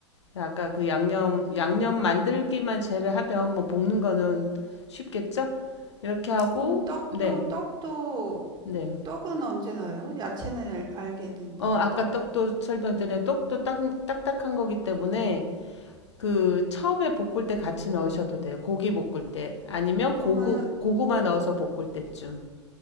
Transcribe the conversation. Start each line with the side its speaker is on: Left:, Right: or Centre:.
Left: 아까 그 양념 양념 만들기만 제외하면 뭐 볶는 거는 쉽겠죠? 이렇게 하고
Right: 그럼 떡도,
Left: 네.
Right: 떡도,
Left: 네.
Right: 떡은 언제 넣어요? 야채는 알, 알겠는데,
Left: 어 아까
Right: 떡.
Left: 떡도 설명드린 떡도 딱 딱딱한 거기 때문에 그 처음에 볶을 때 같이 넣으셔도 돼요. 고기 볶을 때 아니면
Right: 그러면
Left: 고구 고구마 넣어서 볶을 때쯤.